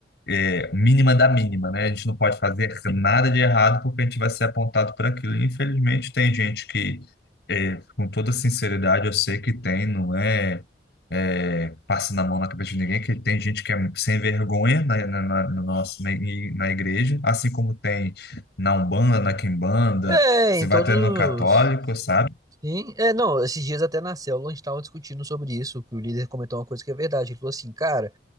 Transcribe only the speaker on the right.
É,
em
todos.
Sim, é, não, esses dias até na célula a gente estava discutindo sobre isso, que o líder comentou uma coisa que é verdade, ele falou assim, cara,